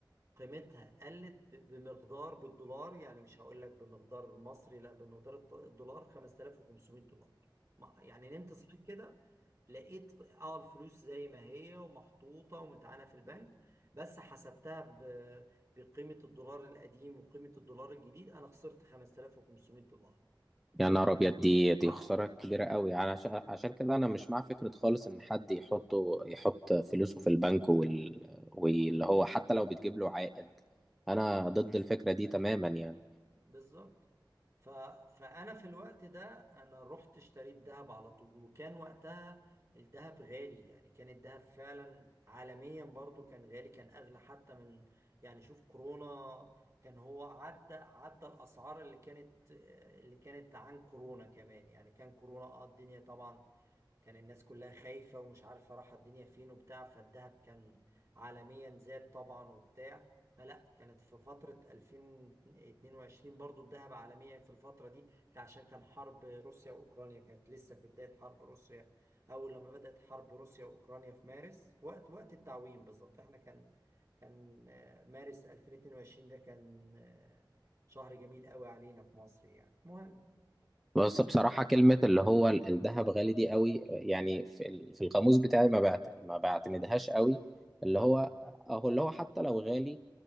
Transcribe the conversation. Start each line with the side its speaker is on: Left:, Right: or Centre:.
Right: قيمتها قلت ب- بمقدار بالدولار يعني مش هقول لك بمقدار المصري لا بمقدار الط- الدولار 5500 دولار ما- يعني نمت صحيت كده لقيت اه الفلوس زي ما هي ومحطوطة ومتعانة في البنك بس حسبتها ب- بقيمة الدولار القديم وقيمة الدولار الجديد انا خسرت 5500 دولار
Centre: يا نهار ابيض دي دي
Right: اه
Centre: خسارة كبيرة قوي يعني عشان عشان كده انا مش مع فكرة خالص ان حد يحطه يحط فلوسه في البنك وال... واللي هو حتى لو بتجيب له عائد انا ضد الفكرة دي تماما يعني
Right: بالظبط ف... فانا في الوقت ده انا رحت اشتريت ذهب على طول وكان وقتها الذهب غالي يعني كان الذهب فعلا عالميا برضو كان غالي كان اغلى حتى من يعني شوف كورونا كان هو عدى عدى الاسعار اللي كانت اللي كانت عن كورونا كمان يعني كان كورونا اه الدنيا طبعا كان الناس كلها خايفة ومش عارفة رايحة الدنيا فين وبتاع فالذهب كان عالميا زاد طبعا وبتاع فلا كانت في فترة 2022 برضو الذهب عالميا في الفترة دي كان- عشان كان حرب روسيا وأوكرانيا كانت لسه في بداية حرب روسيا أول لما بدأت حرب روسيا وأوكرانيا في مارس وقت وقت التعويم بالظبط احنا كان كان آه، مارس 2022 ده كان آه، شهر جميل قوي علينا في مصر يعني المهم
Centre: بس بصراحة كلمة اللي هو ال- الذهب غالي دي قوي يعني في ال- في القاموس بتاعي ما بعت ما بعتمدهاش قوي
Right: مم.
Centre: اللي هو اهو اللي هو حتى لو غالي